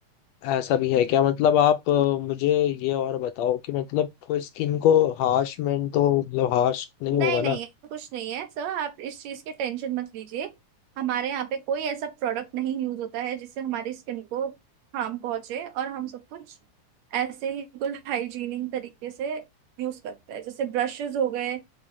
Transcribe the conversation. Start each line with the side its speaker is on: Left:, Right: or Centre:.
Left: ऐसा भी है क्या मतलब आप अ, मुझे ये और बताओ कि मतलब वो स्किन को हार्शमेंट तो मतलब हार्श नहीं होगा
Right: नहीं नहीं
Left: ना
Right: ऐसा कुछ नहीं है सर आप इस चीज की टेंशन मत लीजिए हमारे यहाँ पे कोई ऐसा प्रोडक्ट नहीं यूज होता है जिससे हमारी स्किन को हार्म पहुंचे और हम सब कुछ ऐसे ही बिल्कुल हाइजीनिक तरीके से यूज करते हैं जैसे ब्रशेस हो गए